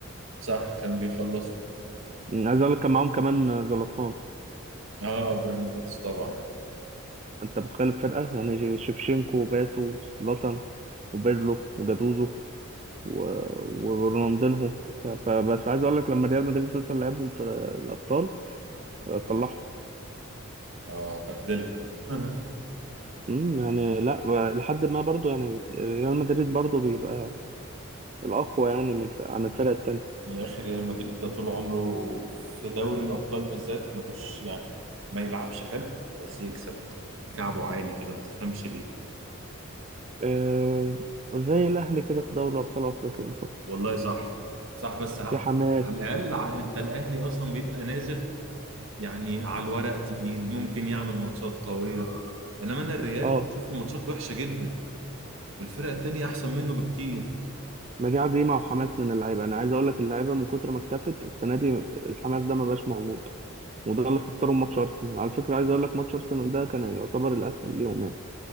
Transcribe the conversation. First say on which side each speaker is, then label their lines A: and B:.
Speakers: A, on the right (about 70°); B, on the right (about 30°).
A: صح كانوا بيخلصوا
B: أمم، عايز أقول لك كان معاهم كمان زلاتان
A: اه ابراهيموفيتش طبعا
B: أنت بتخيل الفرقة يعني جي- شيفشينكو وباتو زلاتان وبيرلو وجاتوزو و- ورونالدينهو بتاع. فبس عايز اقول لك لما ريال مدريد مثلا لعبهم في الابطال آه، طلعهم
A: اه بهدله <laughs>
B: امم يعني لا ما- لحد ما برضو يعني بت- ريال مدريد برضو بيبقى الاقوى يعني من الف- عن الفرق التانية
A: يا اخي ريال مدريد ده طول عمره في دوري الابطال بالذات ملوش يعني ما يلعبش حلو بس يكسب كعبه عالي كده ما تفهمش ليه
B: آه، زي الاهلي كده في دوري ابطال افريقيا بالظبط
A: والله صح صح بس ع-
B: في حماس
A: على الاقل ع- انت الاهلي اصلا بيبقى نازل يعني على الورق تقيل ممكن يعمل ماتشات قويه انما انا الريال
B: اه
A: بشوف الماتشات وحشه جدا والفرقه التانيه احسن منه بكتير
B: ما دي عزيمه وحماس من اللعيبه انا عايز اقول لك اللعيبه من كتر ما اكتفت السنه دي الحماس ده ما بقاش موجود وده اللي خسرهم ماتش ارسنال على فكره عايز اقول لك ماتش ارسنال ده كان يعتبر الاسهل ليهم يعني